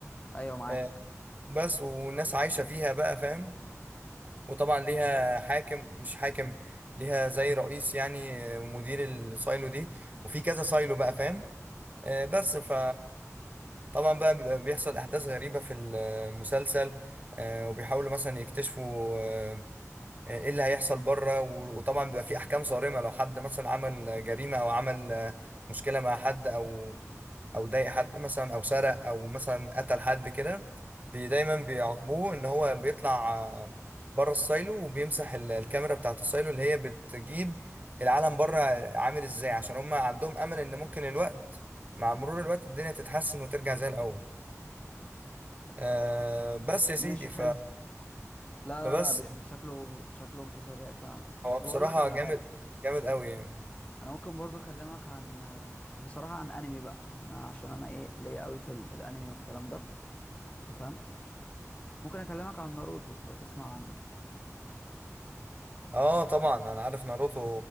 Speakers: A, on the left (about 25°); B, on the right (about 30°).
A: ايوه معاك
B: آه، بس والناس عايشة فيها بقى فاهم وطبعا ليها حاكم مش حاكم ليها زي رئيس يعني آه، مدير السايلو دي وفي كذا سايلو بقى فاهم آه، بس ف طبعا بقى بيبقى بيحصل أحداث غريبة في المسلسل آه، وبيحاولوا مثلا يكتشفوا آه، ايه اللي هيحصل بره و- وطبعا بيبقى في احكام صارمه لو حد مثلا عمل جريمه او عمل آه، مشكله مع حد او او ضايق حد مثلا او سرق او مثلا قتل حد كده بي- دايما بيعاقبوه ان هو بيطلع آه، بره السايلو وبيمسح ال- الكاميرا بتاعه السايلو اللي هي بتجيب العالم بره عامل ازاي عشان هم عندهم امل ان ممكن الوقت مع مرور الوقت الدنيا تتحسن وترجع زي الاول أه بس يا سيدي
A: ماشي حلو
B: ف-
A: لا
B: فبس
A: لا لا بي- شكله شكله مسلسل رايق فعلا
B: هو
A: طب
B: بصراحه
A: اقول لك على
B: جامد
A: حاجه
B: جامد قوي يعني
A: انا ممكن برضه اكلمك عن بصراحه عن انمي بقى ما- عشان انا ايه ليا قوي في ال... في الانمي والكلام ده انت فاهم ممكن اكلمك عن ناروتو لو تسمع عنه
B: اه طبعا انا عارف ناروتو